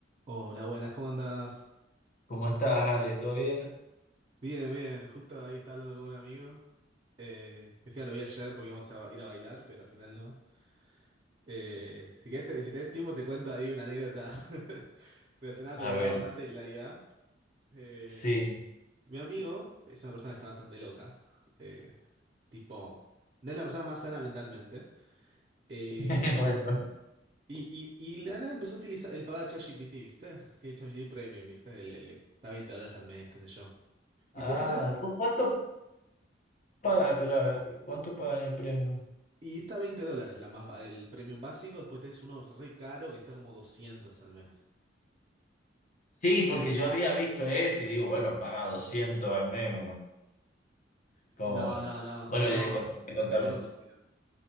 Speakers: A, on the right; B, on the left.
A: Hola, buenas, ¿cómo andás?
B: ¿Cómo estás, Ale? ¿Todo bien?
A: Bien, bien, justo ahí estaba hablando con un amigo, eh, que sí, lo vi ayer porque íbamos a ba- ir a bailar, pero al final no. Eh, si querés, te- si tenés tiempo, te cuento ahí una anécdota <laughs> relacionada con
B: A
A: lo que
B: ver,
A: hablábamos antes de la IA. Eh,
B: sí,
A: mi amigo es una persona que está bastante loca, eh, tipo, no es la persona más sana mentalmente. eh,
B: <laughs> bueno.
A: y, y, y la nada empezó a utilizar, él paga ChatGPT, ¿viste? Tiene ChatGPT Premium, ¿viste? El, el- está 20 dólares al mes, qué sé yo. Entonces,
B: Ah, ¿cu- cuánto pagas? Espera, ¿cuánto pagan el premio?
A: Y está 20 dólares la más, ba- el premium básico, después tenés uno re caro que está como 200 al mes.
B: Sí, porque yo había visto ese y digo, bueno, paga 200 al mes. Como,
A: No, no, no,
B: bueno,
A: no,
B: y contame,
A: está
B: contame.
A: re loco, si no.